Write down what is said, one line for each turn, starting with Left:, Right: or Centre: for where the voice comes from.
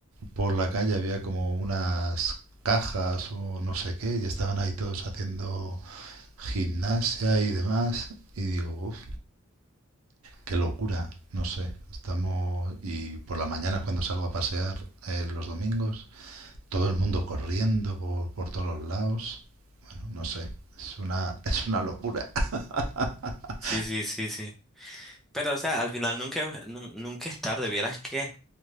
Right: por la calle, había como unas cajas o no sé qué, y estaban ahí todos haciendo gimnasia y demás. Y digo, uff, qué locura. No sé. Estamos. Y por la mañana, cuando salgo a pasear eh, los domingos. todo el mundo corriendo por, por todos los lados. Bueno, no sé, es una, <laughs> es una locura. <laughs>
Centre: Sí, sí, sí, sí. Pero, o sea, al final nunca, nun- nunca es tarde. Vieras que